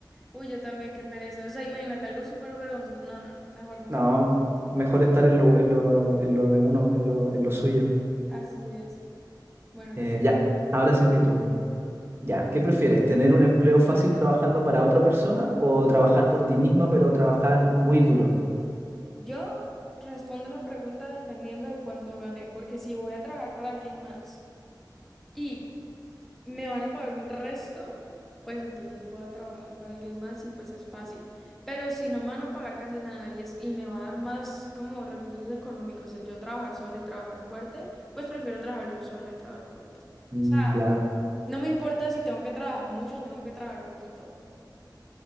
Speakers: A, in the centre; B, on the right.
A: Uy, yo también, qué pereza. O sea, imagínate algo súper vergonzoso. No, no, no, mejor no
B: No,
A: salgo.
B: mejor estar en lo, en lo, en lo de uno, en lo, en lo suyo.
A: Así es. Bueno,
B: Eh,
A: te toca.
B: ya, ahora sí es mi turno. Ya, ¿qué prefieres? ¿Tener un empleo fácil trabajando para otra persona o trabajar por ti misma, pero trabajar muy duro?
A: Yo respondo la pregunta dependiendo de cuánto gané porque si voy a trabajar para alguien más y me van a pagar un resto, pues entonces voy a trabajar para alguien más y pues es fácil. Pero si no me van a pagar casi nada y, es, y me va a dar más como recursos económicos el yo trabajar sola y trabajar fuerte, pues prefiero trabajar yo sola y trabajar fuerte. o
B: Mm,
A: sea
B: claro.
A: No me importa si tengo que trabajar mucho o tengo que trabajar poquito,